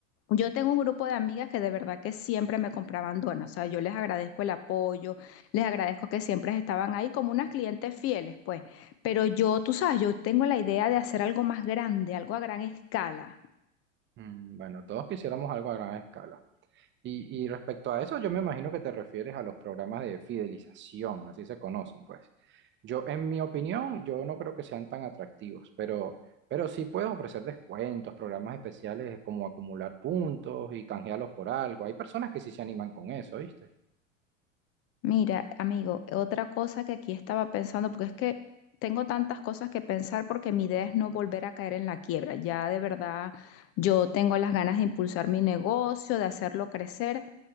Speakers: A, on the left (about 35°); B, on the right (about 30°).
A: Yo tengo un grupo de amigas que de verdad que siempre me compraban donas, o sea, yo les agradezco el apoyo, les agradezco que siempre estaban ahí como unas clientes fieles, pues, pero yo, tú sabes, yo tengo la idea de hacer algo más grande, algo a gran escala.
B: Mm, Bueno, todos quisiéramos algo a gran escala. Y, y respecto a eso, yo me imagino que te refieres a los programas de fidelización, así se conocen, pues. Yo, en mi opinión, yo no creo que sean tan atractivos, pero, pero sí puedes ofrecer descuentos, programas especiales como acumular puntos y canjearlos por algo. Hay personas que sí se animan con eso, ¿viste?
A: Mira, amigo, otra cosa que aquí estaba pensando, porque es que tengo tantas cosas que pensar porque mi idea es no volver a caer en la quiebra, ya de verdad yo tengo las ganas de impulsar mi negocio, de hacerlo crecer.